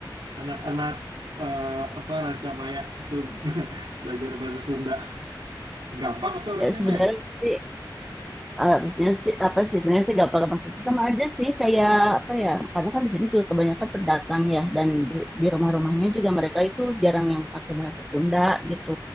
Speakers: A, on the right; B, in the centre.
A: anak-anak eh, apa Rancamaya situ <laughs> belajar bahasa Sunda? Gampang atau harusnya,
B: Ya sebenarnya
A: Maya?
B: sih Harusnya sih apa sih sebenarnya sih gak apa maksudnya sama aja sih kayak apa ya karena kan di sini juga kebanyakan pendatang ya dan di, di rumah-rumahnya juga mereka itu jarang yang pakai bahasa Sunda gitu